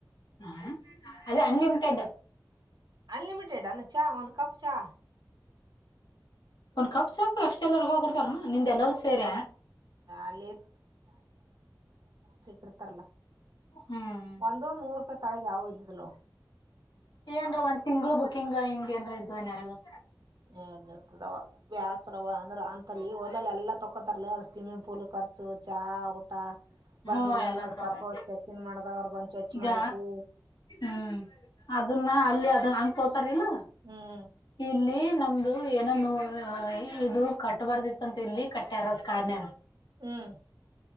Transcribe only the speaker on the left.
ಹ ಅದು ಅನ್ಲಿಮಿಟೆಡ್
ಒಂದ್ ಕಪ್ ಸಾಕ ಅಷ್ಟ ಎಲ್ಲರಿಗೋಗ ಕೊಡ್ತಾರ ನಿಮ್ದ ಎಲ್ಲರೂ ಸೇರ
ಹ್ಮ್
ಏನ್ರ ಒಂದ್ ತಿಂಗ್ಳ ಬುಕಿಂಗ್ ಹಿಂಗ ಏನ್ರ ಇದ್ದ್ ಏನ್ಾರ ಗೊತ್ತ
ಹ್ಞೂ
ಎಲ್ಲ ತಗೋ
ಈಗ
ಹ್ಮ್ ಅದನ್ನ ಅಲ್ಲಿ ಅದನ್ನ ಹಂಗ ತೋತಾರಲ್ಲ
ಇಲ್ಲಿ ನಮ್ದು ಏನನುೋ ಇದು ಕಟ್ಟಬಾರ್ದಿತ್ತಂತ ಇಲ್ಲಿ ಕಟ್ಟ್ಯಾರದ್ ಕಣ